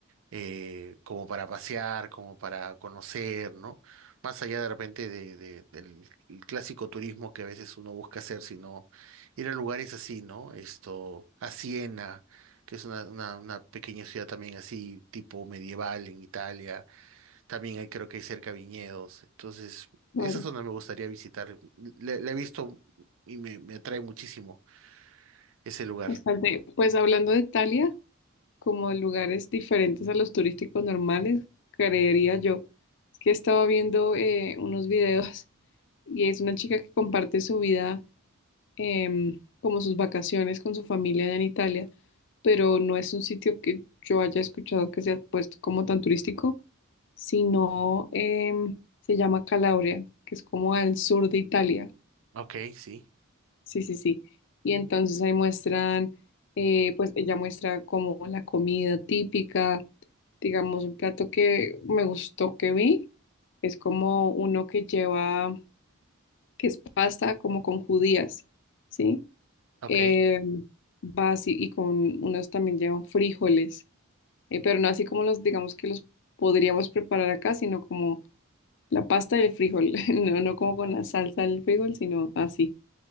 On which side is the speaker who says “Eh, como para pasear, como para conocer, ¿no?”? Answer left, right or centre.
Right